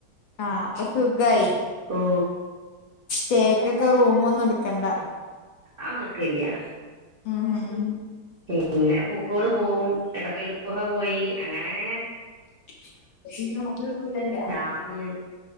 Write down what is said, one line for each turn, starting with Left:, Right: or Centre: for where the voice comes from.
Left: ആ അപ്പൊ സുഖയി.
Right: ഓ
Left: തേക്കൊക്കെ റൂം ഒന്നട് ക്കണ്ട.
Right: ആന്ന്ട് ക്കല്യാ.
Left: മ് മ്.
Right: പിന്നെ പൂക്കോട് പോവും എടക്കൽ ഗുഹ പോയി അങ്ങനെ ങ്ങനെ.
Left: അ
Right: ഡാമ്